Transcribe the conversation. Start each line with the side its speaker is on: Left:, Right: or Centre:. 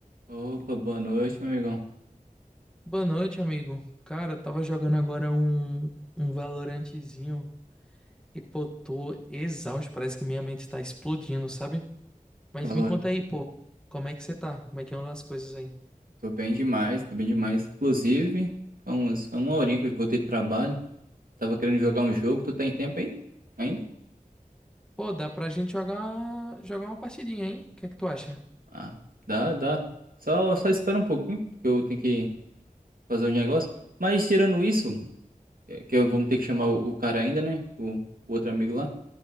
Right: Opa, boa noite, meu amigão.
Centre: Boa noite, amigo. Cara, eu tava jogando agora um, um Valorantezinho e, pô, tô exausto. Parece que minha mente tá explodindo, sabe? Mas
Right: Valor.
Centre: me conta aí, pô, como é que você tá? Como é que andam as coisas aí?
Right: Tô bem demais, tô bem demais. Inclusive, foi, uns, foi uma horinha que eu voltei de trabalho. Tava querendo jogar um jogo. Tu tá em tempo aí? Ainda?
Centre: Pô, dá pra gente jogar, jogar uma partidinha, hein? O que é que tu acha?
Right: Ah, dá, dá. Só, só espera um pouquinho, porque eu tenho que fazer uns negócios. Mas tirando isso, que que eu vou ter que chamar o, o cara ainda, né? O, o outro amigo lá.